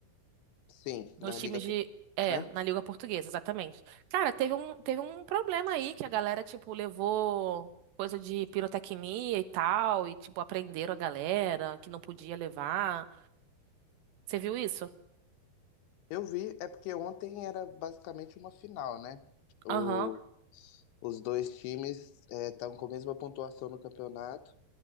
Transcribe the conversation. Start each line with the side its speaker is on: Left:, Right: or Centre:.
Left: Sim,
Right: Dois
Left: na Liga
Right: times
Left: Portuguesa,
Right: de. É, na
Left: né?
Right: Liga Portuguesa, exatamente. Cara, teve um, teve um problema aí que a galera, tipo, levou coisa de pirotecnia e tal, e, tipo, aprenderam a galera que não podia levar. Você viu isso?
Left: Eu vi, é porque ontem era basicamente uma final, né? O,
Right: Aham.
Left: os dois times estavam com a mesma pontuação no campeonato